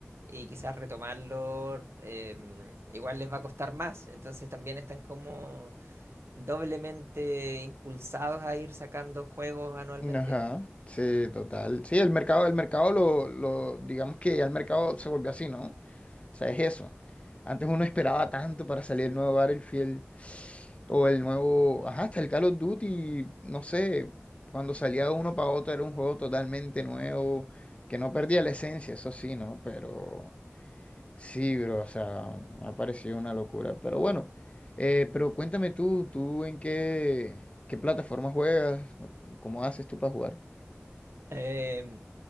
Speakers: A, on the right; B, on the left.
A: y quizás retomarlo em, igual les va a costar más. Entonces también están como doblemente impulsados a ir sacando juegos anualmente.
B: Ajá, sí, total. Sí, el mercado, el mercado lo, lo, digamos que ya el mercado se volvió así, ¿no? O sea, es eso. Antes uno esperaba tanto para salir el nuevo Battlefield o el nuevo, ajá, hasta el Call of Duty, no sé, cuando salía uno para otro era un juego totalmente nuevo, que no perdía la esencia, eso sí, ¿no? Pero sí, bro, o sea, me ha parecido una locura. Pero bueno, eh, pero cuéntame tú, ¿tú en qué, qué plataforma juegas? ¿Cómo haces tú para jugar?
A: Em,